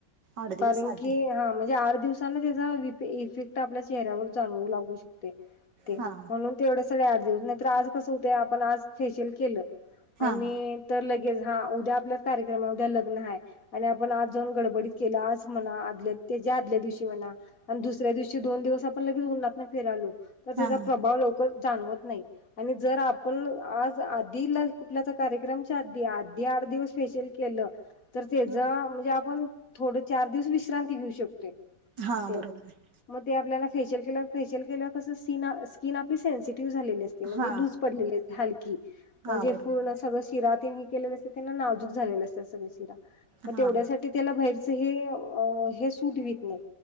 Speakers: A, on the right; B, on the left.
A: आठ दिवस
B: कारण
A: आधी
B: की हा म्हणजे आठ दिवसांना त्याचा इफेक्ट आपल्या चेहऱ्यावर जाणवू लागू शकतो. ते
A: हां
B: म्हणून तेवढं सगळ आठ दिवस नाहीर आज कसं होतं आपण आज फेशियल केलं
A: हां
B: आणि तर लगेच हा उद्या आपल्या कार्यक्रमा उद्या लग्न आहे आणि आपण जाऊन गडबडीत केलं आज म्हणा आदल्या त्याच्या आदल्या दिवशी म्हणा आणि दुसऱ्या दिवशी दोन दिवस आपण लगेच उननाात फिरालो तर त्याचा
A: हां
B: प्रभाव लवकर जाणवत नाही. आणि जर आपण आज आधी कुठल्याचा कार्यक्रमच्या आधी आधी आठ दिवस फेशल केलं तर त्याचा
A: हां
B: म्हणजे आपण थोड चार दिवस विश्रांती घेऊ शकतोय.
A: हा
B: ते
A: बरोबर आहे.
B: मग ते आपल्याला फेशियल केलं फेशियल केलं कसं स् स्कन आपली सन्सिटिव्ह झालेली आहे.
A: हा
B: लूज पडलेली हलकी
A: हा
B: म्हणजे
A: बरोबर
B: पूर्ण सगळ शिरातेन हे केलेल्या असतात त्यांना नाजूक नाजूक झालेल्या असतात सगळ्या शिरा मग
A: हा
B: तेवढ्यासाठी त्याला बाहेरचं हे, अं हे सूट होत नाही